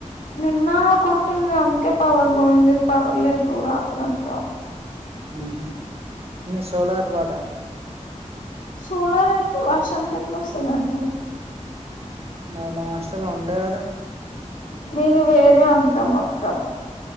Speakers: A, on the left (about 85°); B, on the right (about 50°).
A: నిన్న కొట్టింది అందుకే పవర్ పోయింది పవర్ లేదు రాత్ర అంతా
B: ఉహు మీ సోలారు కాదా
A: సోలార్ అయితే వర్షంక ఎట్లా వస్తదండి
B: మా మా హస్టల్లో ఉండే కదా
A: మీది వేరే అంటా మొత్తం